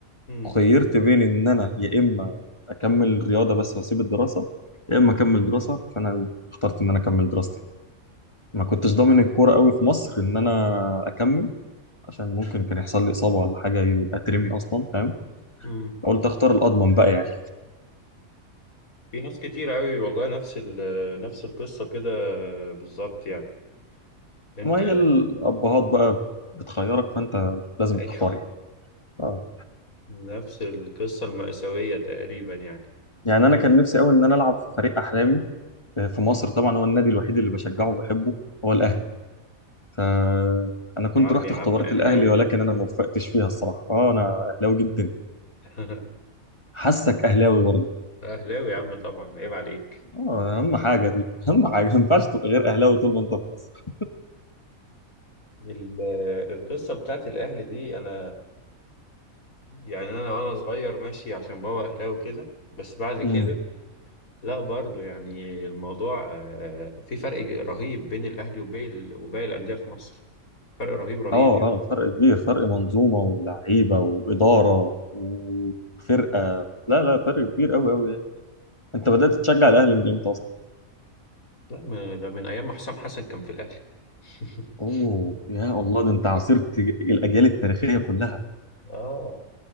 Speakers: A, on the left; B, on the left.
A: امم
B: خيرت بين ان انا يا اما اكمل رياضه بس واسيب الدراسه يا اما اكمل دراسه فانا اخترت ان انا اكمل دراستي ما كنتش ضامن الكوره قوي في مصر ان انا اكمل عشان ممكن كان يحصل لي اصابه ولا حاجه اترمي اصلا فاهم
A: امم
B: قلت اختار الاضمن بقى يعني
A: في ناس كتير قوي والله نفس ال آه، نفس القصة كده بالظبط يعني انت
B: ما هي الابهات بقى بتخيرك فانت لازم
A: ايوه
B: تختار يعني آه.
A: <laughs> نفس القصة المأساوية تقريبا يعني
B: يعني انا كان نفسي قوي ان انا العب في فريق احلامي آه، في
A: مم.
B: مصر طبعا هو النادي الوحيد اللي بشجعه وبحبه هو الاهلي فانا كنت
A: يا عم
B: رحت
A: يا
B: اختبارات
A: عم اهلاوي
B: الاهلي ولكن انا ما وفقتش فيها الصراحه اه انا اهلاوي جدا
A: <laughs>
B: حاسك اهلاوي برضه
A: أهلاوي يا عم طبعا عيب عليك
B: اه اهم حاجه دي اهم حاجه ما ينفعش تبقى غير اهلاوي طول ما انت في مصر
A: ال- القصة بتاعت الأهلي دي أنا يعني أنا وأنا صغير ماشي عشان بابا أهلاوي كده بس بعد كده
B: امم
A: لا برضو يعني الموضوع آه، في فرق رهيب بين الأهلي وباقي ال- وباقي الأندية في مصر فرق رهيب رهيب
B: اه
A: يعني
B: اه فرق كبير فرق منظومه ولعيبه واداره وفرقه لا لا فرق كبير قوي قوي يعني انت بدات تشجع الاهلي من امتى اصلا؟
A: لا م- ده من أيام ما حسام حسن كان في الأهلي <laughs>
B: اوه يا الله ده انت عاصرت الاجيال التاريخيه كلها
A: آه